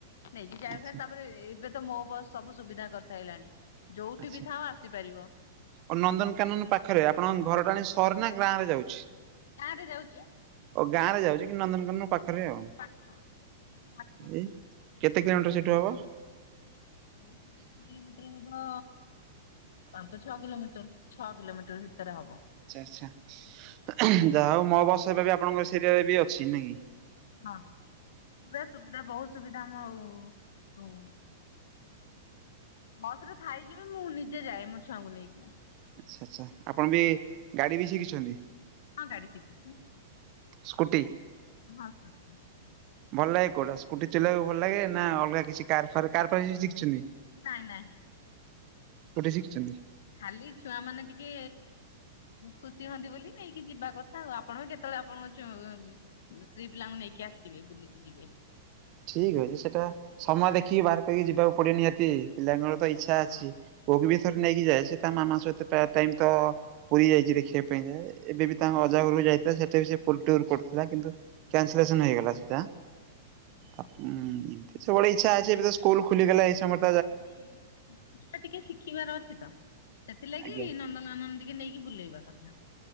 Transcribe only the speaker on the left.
ନେଇକି ଯାଇ
ଫା ତାପରେ ଏବେ। ତ ମୋ ବସ ସବୁ ସୁବିଧା କରିସାରାଣି। ଯୋଉଠି
ବି ଥାଅ ଆସି ପାରିବ।
ଗାଁ ରେ ଯାଉଛି।
ପାଖ ପାଖ। ଟା।
ବ <unintelligible> କିଲୋମିଟର ହେବ। ପାଞ୍ଚ ଛଅ କିଲୋମିଟର। ଛଅ କିଲୋମିଟର ଭିତରେ ହେବ।
ହଁ ପୁରା ସୁବିଧା ବହୁତୁ ସୁବିଧା ଆମଓ ବସରେ ଥାଇକିବି ମୁଁ ନିଜେ ଯାଏ। ମୋ ଛୁଆଙ୍କୁ ନେଇକି।
ହଁ ଗାଡି ଶିଖିଚି।
ହଁ ସ୍କୁଟି।
ଏ ନାଇଁ ନାଇଁ।
ଖାଲି ଛୁଆ ମାନେ ଟିକେ ଖୁସି ହୁଅନ୍ତି, ବୋଲି ନେଇକି ଯିବା କଥା। ଆଉ ଆପଣ କେତେବେଳେ ଆପଣଙ୍କ ଚୋ ସ୍ତ୍ରୀ ପିଲାଙ୍କୁ ନେଇକି ଆସିବେ ବୁଲିକି ଯିବେ।
ହଁ
ହଁ।
ହୁଁ।
ନାଇଁ ଛୋଟ ଛୁଆ ଟିକେ ଶିଖିବାର ଅଛି ତ। ସେଥିଲାଗି
ନନ୍ଦନ ନନ୍ଦନ ଟିକେ ନେଇକି ବୁଲେଇବା କଥା।